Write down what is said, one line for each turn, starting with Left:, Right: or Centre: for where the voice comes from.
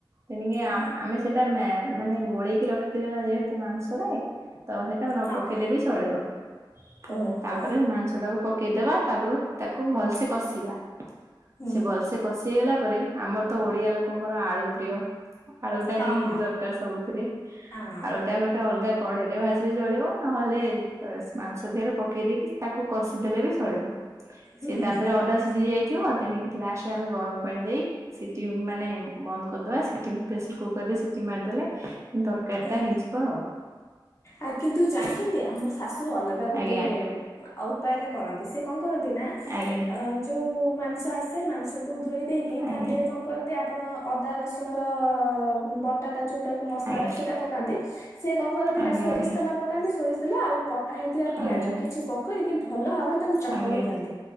Right: ତେଣିକି
Left: ହୁଁ
Right: ଆମେ ସେଟା ମ୍ୟା ମାନେ ଗୋଳେଇକି ରଖିଥିଲେ ନା ଯେହେତୁ ମାଂସରେ। ତ ସେଟା ନ
Left: ହଁ
Right: ପକେଇଲେ
Left: ହଁ
Right: ବି ଚଳିବ। ତାପ
Left: ଓହୋ
Right: ତାପରେ ସେ ମାଂସଟାକୁ ପକେଇଦବା ତାପରେ ତାକୁ ଭଲସେ କଷିବା।
Left: ହୁଁ
Right: ସେ ଭଲସେ କଷି କଷି ହେଲା ପରେ ଆମର ତ ଓଡିଆ ଲୋକଙ୍କର ଆଳୁ ପ୍ରିୟ ଆଳୁଟା
Left: ହଁ
Right: ନିହାତି
Left: ହଁ
Right: ଦରକାର ସବୁଥିରେ।
Left: ହଁ
Right: ଆଳୁଟା ଗୋଟେ ଅଲଗା କଢେଇରେ ଭାଜିଲେ ଚଳିବ ନହେଲେ ମାଂସ ଦିହରେ ପକେଇଦେଇକି ତାକୁ କଷିଦେଲେ ବି ଚଳିବ,
Left: ହୁଁ
Right: ସିଏ ତା
Left: ହୁଁ
Right: ଦେହରେ ଅଧା ସିଝି ଯାଇଥିବ ତେଣିକି ଲାଷ୍ଟରେ ଆମେ ଗରମ ପାଣି ଦେଇ ସିଟିି ମାନେ ବନ୍ଦ କରିଦବା ପ୍ରେସର କୁକରରେ ସିଟି ସିଟି ମାରିଦେଲେ ତରକାରୀଟା
Left: ହୁଁ
Right: ହେଇଯିବ ଆଉ।
Left: ଆ କିନ୍ତୁ ଜାଣିଛନ୍ତି ଆମ ଶାଶୁ ଅଲଗା ଗୋଟେ
Right: ଆଜ୍ଞା
Left: ଉପାୟରେ କରନ୍ତି ସେ କଣ କରନ୍ତି ନା
Right: ଆଜ୍ଞା
Left: ଯୋଉ ମାଂସ ଆସେ ମାଂସକୁ କୁ ଧୋଇ ଦେଇକି
Right: ଆଜ୍ଞା
Left: ତା ଦେହରେ କଣ କରନ୍ତି ଆପଣ ଅଦାରସୁଣର ବ ଯୋଉଟା ମସଲା
Right: ଆଜ୍ଞା
Left: ଟା ସେଟା ପକାନ୍ତି ସିଏ କଣ କରନ୍ତିନା
Right: ଆଜ୍ଞା
Left: ସୋରିଷ ତେଲ ପକାନ୍ତି ସୋରିଷ ତେଲ ଆଉ କଟା ହେଇଥିବା ପିଆଜ
Right: ଆଜ୍ଞା
Left: କିଛି ପକେଇକି ଭଲ ଭାବରେ ତାକୁ ଚକ
Right: ଆଜ୍ଞା
Left: ଚକଡି ଦିଅନ୍ତି,